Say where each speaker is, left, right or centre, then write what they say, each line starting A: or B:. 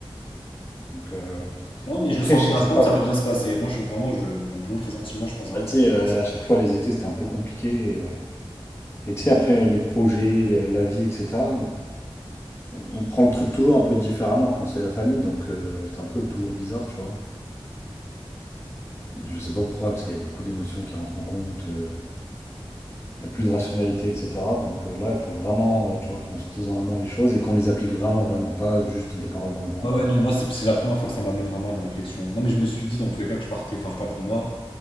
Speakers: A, on the left; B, on the left.
A: Donc, euh,
B: Non, mais je
A: après,
B: le sens
A: je sais
B: bien.
A: que c'est
B: Je pense
A: pas.
B: que ça va bien se passer. Moi, je, vraiment, je, un bon pressentiment, je pense vraiment
A: Bah, tu
B: que ça
A: sais,
B: peut
A: euh,
B: passer.
A: à chaque fois, les étés, c'était un peu compliqué. Et tu sais, après, euh, les projets, le- la vie, etc., on on prend le truc toujours un peu différemment quand c'est la famille, donc euh, c'est un peu toujours bizarre, tu vois. Je sais pas pourquoi, tu sais, il y a beaucoup d'émotions qui rentrent en compte, euh, il y a plus de rationalité, etc. Donc euh, là, il faut vraiment, euh, tu vois, qu'on se dise en amont les choses et qu'on les applique vraiment, vraiment, pas juste des paroles dans le vent,
B: Ouais,
A: quoi.
B: ouais, non, moi, c'est c'est la première fois que ça m'amène vraiment à une réflexion. Non, mais je me suis dit, dans tous les cas, que je partais. Enfin, je sais pas pour moi.